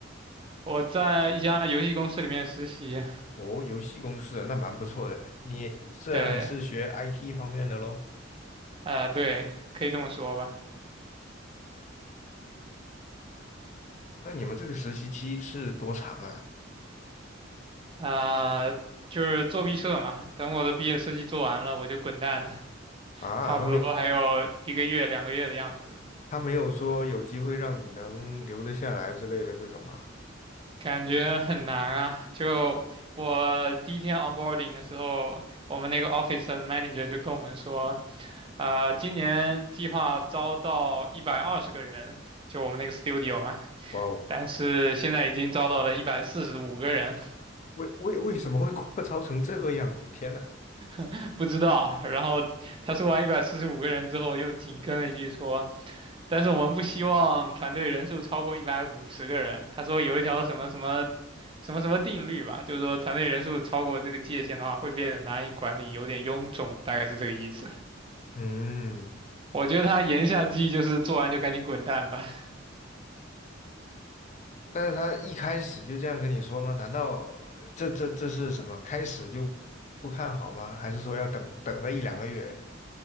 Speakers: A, on the right; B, on the left.
A: 我在一家游戏公司里面实习，
B: 哦，游戏公司啊，那蛮不错的。你这样你是学
A: 对，
B: IT 方面的咯？
A: 啊、对，可以这么说吧，
B: 那你们这个实习期是多长啊？
A: 啊、就是做毕设嘛。等我的毕业设计做完了，我就滚蛋了，
B: 啊，
A: 差不多还有一个月、
B: 那没，
A: 两个月的样子，
B: 他没有说有机会让你能留得下来之类的这种吗？
A: 感觉很难啊。就我第一天 onboarding 的时候，我们那个 office 的 manager 就跟我们说。呃，今年计划招到一百二十个人，就我们那个 studio 嘛，
B: 哇哦，
A: 但是现在已经招到了一百四十五个人，
B: 为为为什么会 <laughs> 扩招成这个样子？天呐！
A: <laughs> 不知道。然后他说完一百四十五个人之后，又紧跟了一句说，但是我们不希望团队人数超过一百五十个人。他说有一条什么什么什么什么定律吧，就是说团队人数超过这个界限的话，会变得难以管理，有点臃肿，大概是这个意思。
B: 嗯，
A: 我觉得他言下之意就是做完就赶紧滚蛋吧。
B: 但是他一开始就这样跟你说吗？难道呃这这这是什么？开始就不看好吗？还是说要等等个一两个月？